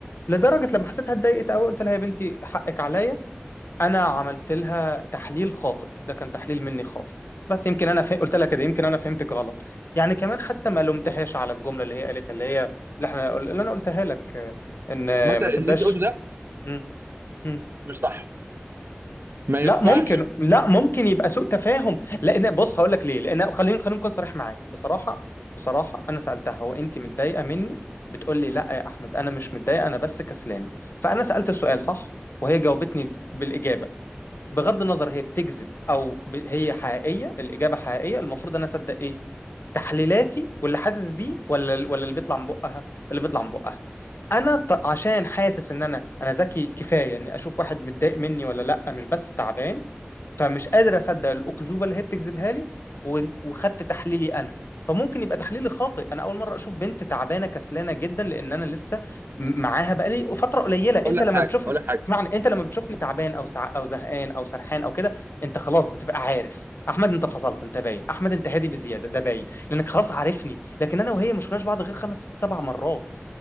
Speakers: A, on the left (about 65°); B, on the right (about 60°).
A: لدرجه لما حسيتها اتضايقت قوي قلت لها يا بنتي حقك عليا انا عملت لها تحليل خاطئ ده كان تحليل مني خاطئ بس يمكن انا ف... قلت لها كده يمكن انا فهمتك غلط يعني كمان حتى ما لومتهاش على الجمله اللي هي قالتها اللي هي اللي احنا اللي انا قلتها لك آه، ان آه،
B: عامه
A: ما تبقاش
B: اللي انت قلته ده
A: مم. مم.
B: مش صح ما
A: لا
B: ينفعش
A: ممكن لا ممكن يبقى سوء تفاهم لان بص هقول لك ليه لان خليني خليني نكون صريح معاك بصراحه بصراحه انا سالتها هو انت متضايقه مني بتقول لي لا يا احمد انا مش متضايقه انا بس كسلانه فانا سالت السؤال صح وهي جاوبتني بالاجابه بغض النظر هي بتكذب او ب... هي حقيقيه الاجابه حقيقيه المفروض انا اصدق ايه تحليلاتي واللي حاسس بيه ولا ولا اللي بيطلع من بقها اللي بيطلع من بقها انا ط... عشان حاسس ان انا انا ذكي كفايه اني اشوف واحد متضايق مني ولا لا مش بس تعبان فمش قادر اصدق الاكذوبه اللي هي بتكذبها لي و... وخدت تحليلي انا فممكن يبقى تحليلي خاطئ انا اول مره اشوف بنت تعبانه كسلانه جدا لان انا لسه م- معاها بقالي فتره قليله انت
B: اقول لك
A: لما
B: حاجه
A: بتشوف
B: اقول لك حاجه
A: اسمعني انت لما بتشوفني تعبان او سع... او زهقان او سرحان او كده انت خلاص بتبقى عارف احمد انت فصلت انت باين احمد انت هادي بزياده ده باين لانك خلاص عارفني لكن انا وهي ما شفناش بعض غير خمس ست سبع مرات